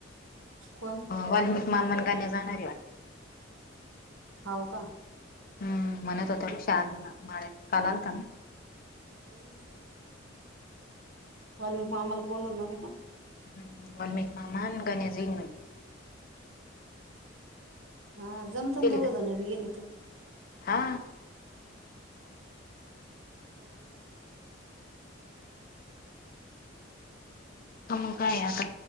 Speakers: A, on the right (about 90°); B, on the left (about 45°).
A: कोण
B: वाल्मिक मामा अन गण्या जाणारे वाटतं.
A: हाव का?
B: हम्म, म्हणत होता तो शाहजीना, मळ्यात काल आलता ना.
A: कधी उचलणार? वाल्मीक मामाला फोन लावणार आहे का?
B: हम्म, वाल्मिक मामा अन गण्या जाईल म्हणे.
A: हा, जमतंना
B: गेली काय
A: दोघंजण बी गेले तर.
B: हा.
A: <inaudible>
B: हा, मंग काय आता